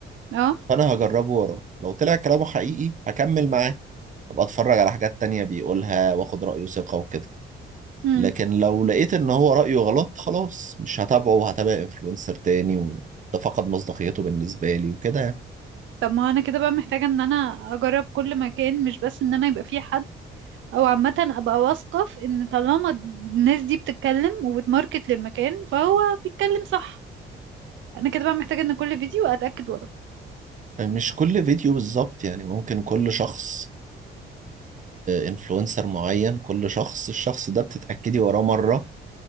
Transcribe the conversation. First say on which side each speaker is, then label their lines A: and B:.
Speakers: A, on the right; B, on the right.
A: اه
B: فانا هجربه وراه لو طلع كلامه حقيقي هكمل معاه ابقى اتفرج على حاجات تانية بيقولها واخد رأيه ثقة وكده
A: امم
B: لكن لو لقيت ان هو رأيه غلط خلاص مش هتابعه وهتابع انفلونسر تاني وده فقد مصداقيته بالنسبة لي وكده
A: طب ما انا كده بقى محتاجة ان انا اجرب كل مكان مش بس ان انا يبقى فيه حد او عامه ابقى واثقه في ان طالما الناس دي بتتكلم وبتماركت للمكان فهو بيتكلم صح انا كده بقى محتاجه ان كل فيديو اتاكد وراه
B: يعني مش كل فيديو بالظبط يعني ممكن كل شخص انفلونسر معين كل شخص الشخص ده بتتأكدي وراه مرة